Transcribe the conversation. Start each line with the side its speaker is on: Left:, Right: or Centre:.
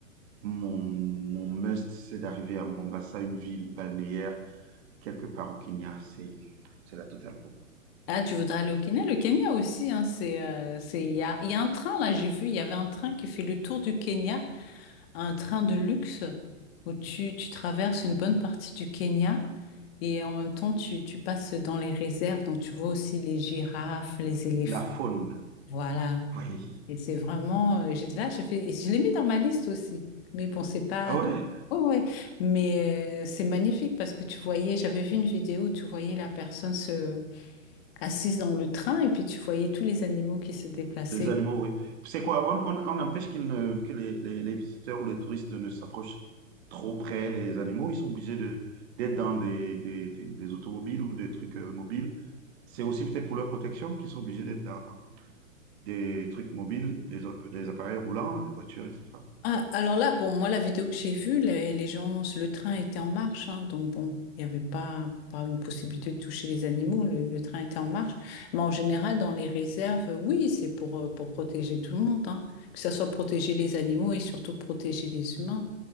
Right: Mon, mon must, c'est d'arriver à Mombasa, une ville balnéaire, quelque part au Kenya. C'est, c'est la totale pour moi.
Left: Ah, tu voudrais aller au Kenya? Le Kenya aussi, hein, c'est, euh, c'est, il y a, il y a un train, là, j'ai vu, il y avait un train qui fait le tour du Kenya, un train de luxe où tu, tu traverses une bonne partie du Kenya et en même temps, tu, tu passes dans les réserves, donc tu vois aussi les girafes, les éléphants.
Right: La faune,
Left: Voilà.
Right: oui.
Left: Et c'est vraiment, euh, j'étais là, j'ai fait, et je l'ai mis dans ma liste aussi. Mais bon, c'est pas,
Right: Ah ouais,
Left: ouais, ouais. Mais euh, c'est magnifique parce que tu voyais, j'avais vu une vidéo où tu voyais la personne se assise dans le train et puis tu voyais tous les animaux qui se déplaçaient.
Right: les animaux, oui. C'est quoi? On, on- on empêche qu'ils ne, que les, les- les visiteurs ou les touristes ne s'approchent trop près des animaux. Ils sont obligés de, d'être dans des, des, des- des automobiles ou des trucs euh, mobiles. C'est aussi peut-être pour leur protection qu'ils sont obligés d'être dans. des trucs mobiles, des, app- des appareils roulants, des voitures, etc.
Left: Ah, alors là, bon, moi, la vidéo que j'ai vue, les, les gens, le train était en marche, hein, donc bon, il n'y avait pas, pas une possibilité de toucher les animaux, le, le train était en marche. Mais en général, dans les réserves, oui, c'est pour, euh, pour protéger tout le monde, hein, que ça soit protéger les animaux et surtout protéger les humains.